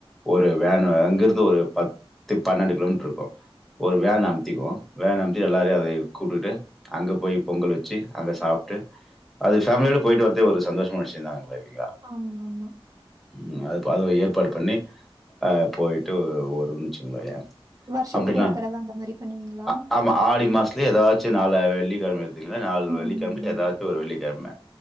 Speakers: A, in the centre; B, on the right.
A: ஒரு வேன் அங்கருந்து ஒரு பத்து பன்னெண்டு கிலோமீட்டர் இருக்கு ஒரு வேன் அம்த்திக்குவோ வேன் அம்ச்சு எல்லாரியு அது கூப்ட்டுக்கிட்டு அங்க போயி பொங்கல் வெச்சு அத சாப்ட்டு அத ஃபேமிலியோட போயிட்டு வரதே ஒரு சந்தோஷமான விஷயம் தா <unintelligible>
B: ஆமா மாமா
A: உம் அது பதவியேற் ஏற்பாடு பண்ணி அ போயிட்டு ஒ ஒருன்னுச்சுங்களாயா
B: வருஷத்துக்கு
A: அப்டின்னா
B: ஒரு தடவ அந்த மாரி பண்ணுவீங்களா?
A: அ ஆமா ஆடி மாசத்துலயே ஏதாச்சு நாள் வெள்ளி <inaudible> இல்ல நாள்
B: ம்.
A: வெள்ளிக்கிழமை ஏதாச்சும் ஒரு வெள்ளிக்கிழமை